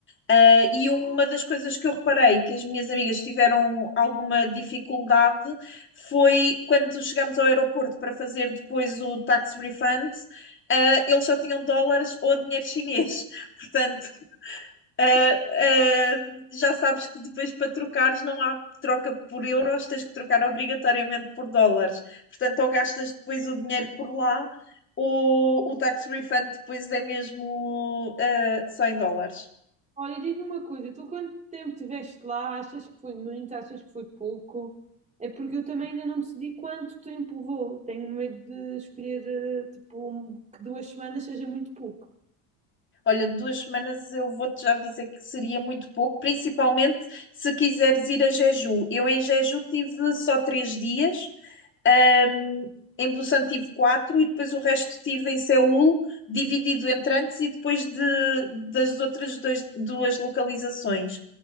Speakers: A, on the left; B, on the right.
A: Ah, e uma das coisas que eu reparei que as minhas amigas tiveram alguma dificuldade foi quando chegámos ao aeroporto para fazer depois o tax refund, ah, eles só tinham dólares ou dinheiro chinês. <laughs> Portanto, Uh, uh, já sabes que depois para trocares não há troca por euros, tens que trocar obrigatoriamente por dólares. Portanto, ou gastas depois o dinheiro por lá, ou o tax refund depois é mesmo uh, só em dólares.
B: Olha, diz-me uma coisa, tu quanto tempo estiveste lá? Achas que foi muito? Achas que foi pouco? É porque eu também ainda não decidi quanto tempo vou. Tenho medo de escolher, eh, tipo, um- que duas semanas seja muito pouco.
A: Olha, duas semanas eu vou-te já dizer que seria muito pouco, principalmente se quiseres ir a Jeju. Eu em Jeju tive só três dias, Um, em Busan tive quatro e depois o resto tive em Seul, dividido entre antes e depois de, das outras dois, duas localizações.